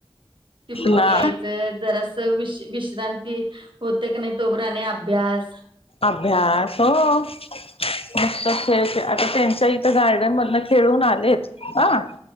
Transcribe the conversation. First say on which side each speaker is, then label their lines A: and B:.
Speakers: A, on the right; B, on the left.
A: तिकडून
B: ना
A: यायचं जरास वि विश्रांती होते का नाही तो पर्यंत आणि अभ्यास.
B: अभ्यास हो. मस्त खेळ खेळाचे आता इथं गार्डन मधून खेळून आल्या देतो हा